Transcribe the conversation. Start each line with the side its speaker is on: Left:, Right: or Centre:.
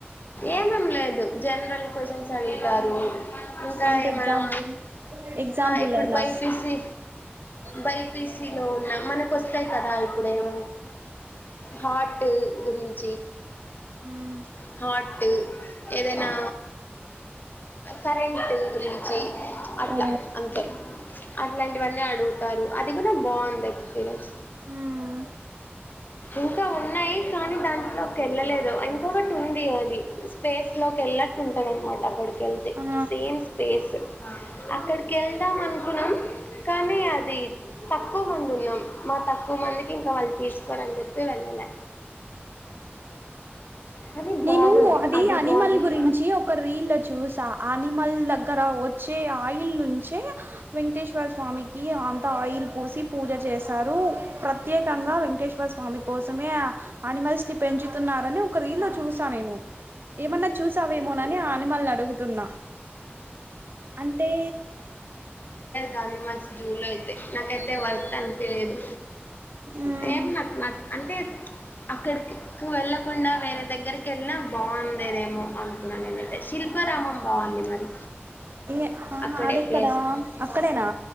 Left: ఏమం లేదు జనరల్ క్యూషన్ అడుగుతారు ఇంకా
Right: అంటే
Left: ఏమనా
Right: ఎగ్జాంపుల్ ఎగ్జాంపుల్
Left: ఇప్పుడు
Right: ఎలా
Left: బైపీసి బైపీసలో ఉన్నా మనకు వస్తాయి కదా ఇప్పుడు ఏమ హార్ట్ గురి అ
Right: మ్మ్
Left: హార్ట్ ఏదైనా కరెంట్ గురించి అట్లా
Right: ఓ
Left: అంతే అట్లాంటివన్నీ అడుగుతారు అది కన బాండ్ ఎస్పీన్స్
Right: మ్మ్
Left: ఇంకా ఉన్నాయి కానీ దానికి లోకి వెళ్ళలేదు ఇంకొకటి ఉంది అది స్పేస్ లోకి వెళ్ళట్టు ఉంటది అనమాట అక్కడు వెళ్తే
Right: ఆ
Left: సేమ్ స్పేస్ అక్కడికి వెళ్దాం అ న్నాం కానీ అది తక్కువ మంది ఉన్నాం మా తక్కువ మందికి ఇంకా వాళ్ళు తీసుకోవరని చెప్పారు వెళ్ళలే కానీ
Right: నేను
Left: బాగుంది
Right: అది అనిమల్
Left: బాగుంది
Right: గురించి ఒక రీల్ చూసా అనిమల్ దగ్గర వచ్చే ఆయిల్ నుంచే వెంకటేశ్వర స్వామికి ఈ అంత ఆయిల్ పూసి పూజ చేస్త చేస్తారు ప్రత్యేకంగా వెంకటేశ్వర స్వామి కోసమే ఆనిమల్స్ ని పెంచు న్నారని ఒక రీల్లో చూసా నేను ఏమన్నా చూసావేమోనని ఆ అనిమల్ని అడుగుతున్నా అంటే
Left: కానీ మా స్కూల్లో అయితే నాకైతే వర్త్ అనిపిన్ లేదు
Right: మ్మ్
Left: ఏం నా నాకు అంటే అక్కడికి ఎక్కువ వెళ్లక కాకుండా వేరే దగ్గరికి వెళ్ళినా బాగుందేమో అనుకున్నాను నేనైతే శిల్పారామం బాగుంది మరి
Right: ఏ ఆ
Left: అక్కడే
Right: అదెక్కడా
Left: ప్లేస్
Right: అక్కడేనా